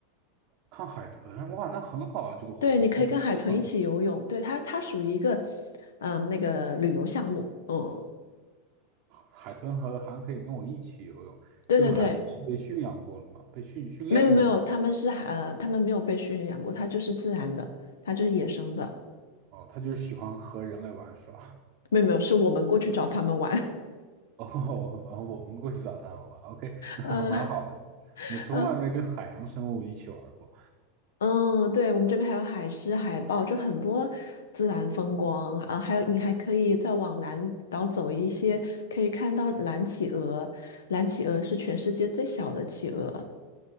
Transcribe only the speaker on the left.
对，你可以跟海豚一起游泳，对，它它属于一个，嗯、那个旅游项目，嗯，
对对对，
没有没有，他们是海呃，他们没有被驯养过，它就是自然的，它就是野生的，
没有没有，是我们过去找他们玩。
嗯
嗯嗯，对，我们这边还有海狮、海豹，就很多自然风光啊。还有，你还可以再往南岛走一些，可以看到蓝企鹅。蓝企鹅是全世界最小的企鹅。